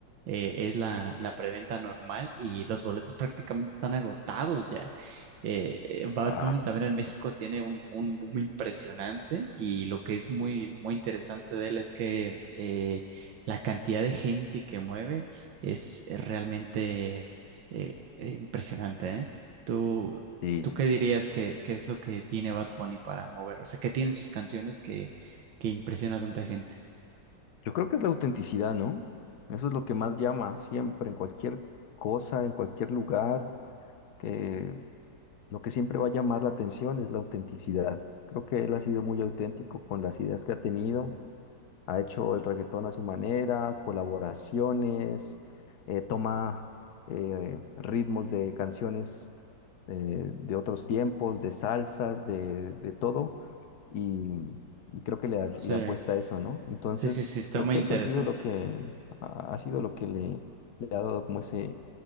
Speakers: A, on the right (about 80°); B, on the left (about 60°).
A: eh, es la, la preventa normal y los boletos prácticamente están agotados ya eh, Bad
B: Wow.
A: Bunny también en México tiene un, un boom impresionante y lo que es muy, muy interesante de él es que eh, la cantidad de gente que mueve es realmente eh, eh, impresionante, ¿eh? ¿Tú,
B: Y
A: tú qué dirías que, que es lo que tiene Bad Bunny para mover? O sea, ¿qué tienen sus canciones que, que impresiona a tanta gente?
B: Yo creo que es la autenticidad, ¿no? Eso es lo que más llama siempre, en cualquier cosa, en cualquier lugar, que Lo que siempre va a llamar la atención es la autenticidad. Creo que él ha sido muy auténtico con las ideas que ha tenido, ha hecho el reggaetón a su manera, colaboraciones, eh, toma eh, ritmos de canciones eh, de otros tiempos, de salsas, de, de todo, y, y creo que le, a- le
A: Sí,
B: apuesta a eso, ¿no? Entonces,
A: sí, sí, sí, está
B: creo
A: muy
B: que
A: interesante.
B: eso ha sido lo que ha, ha sido lo que le, le ha dado como ese